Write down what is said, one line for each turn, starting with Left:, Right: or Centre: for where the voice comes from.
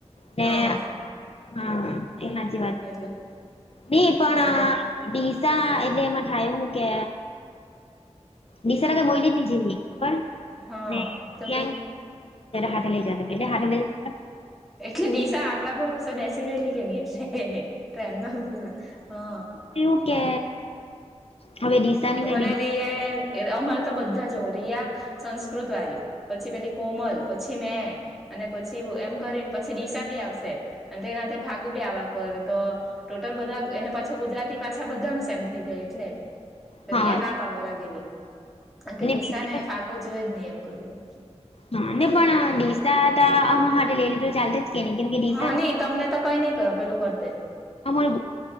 Left: ને
Centre: હા
Left: હા એ સાચી વાત
Centre: એટલે
Left: ની પણ
Centre: એ
Left: ડીસા એટલે એમાં થાય એવું કે દિશારા તો બોલી બી જઈએ ખબર
Centre: હા
Left: ને
Centre: તો
Left: કે જા હાથેઈ એ હા લ <unintelligible>
Centre: એટલે દિશા આપડા ભરોસે બેસી રહેેલી કે નઈ એટલે ટ્રેનમાં બોલો હ
Left: એવું કે હવે દિશા ને કઈ
Centre: મને
Left: બીજ
Centre: રિયા અમારે તો બધા જ રિયા સંસ્કૃત વરી પછી પેલી કોમલ પછી મેં અને પછી એમ કરીને પછી ડીસા બી આવશે અને તેના ફાગુ બી આવા કરે તો ટોટલ બધા એને પાછા ગુજરાતી પાછા બધા ન સેમ થઈ જાય એટલે
Left: હા
Centre: રિયા ના પાડવા લાગીરિ કારણ કે ડીસા
Left: બીજી
Centre: ને
Left: વસ્તુ
Centre: ફાગો જોએ જ નહી એમ કરીને
Left: હા ને પણ ડીસા તો આમાર હતે ચાલશે જ કે નહી કેમ કે ડીસા
Centre: હા
Left: નું
Centre: નહી તમને તો કઈ નઈ કહે પેલું વરતે
Left: અમારે